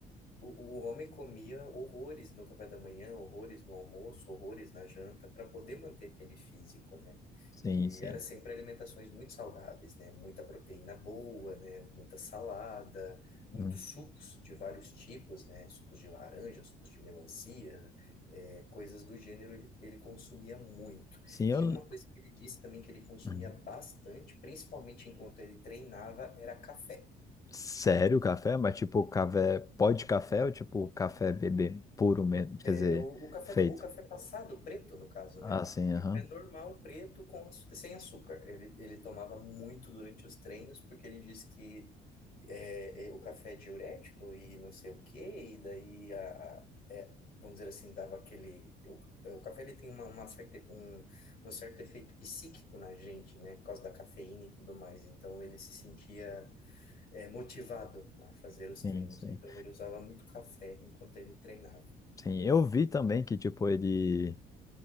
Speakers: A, on the left; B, on the left.
A: O, o homem comia horrores no café da manhã, horrores no almoço, horrores na janta, para poder manter aquele físico, né?
B: Sim,
A: E
B: sim.
A: era sempre alimentações muito saudáveis, né? Muita proteína boa, né? Muita salada, muitos
B: Hum.
A: sucos de vários tipos, né? Sucos de laranja, sucos de melancia, eh, coisas do gênero ele, ele consumia muito.
B: Sim, eu.
A: E uma coisa que ele disse também que ele consumia
B: hum.
A: bastante, principalmente enquanto ele treinava, era café.
B: Sério, café? Mas tipo, café. Pó de café ou tipo café bebê puro mesmo? Quer
A: É
B: dizer,
A: o, o café,
B: feito.
A: o café passado preto, no caso,
B: Ah,
A: né?
B: sim,
A: Café
B: aham.
A: normal, preto, com, aç- sem açúcar. Ele, ele tomava muito durante os treinos, porque ele diz que é, é, o café é diurético e não sei o quê, e daí, a, a- é, vamos dizer assim, dava aquele... O, é, o café ele tem uma, uma certa, um, um certo efeito psíquico na gente, né? Por causa da cafeína e tudo mais. Então, ele se sentia é, motivado a fazer os
B: Sim,
A: treinos.
B: sim.
A: Então, ele usava muito café enquanto ele treinava.
B: Sim, eu vi também que tipo, ele.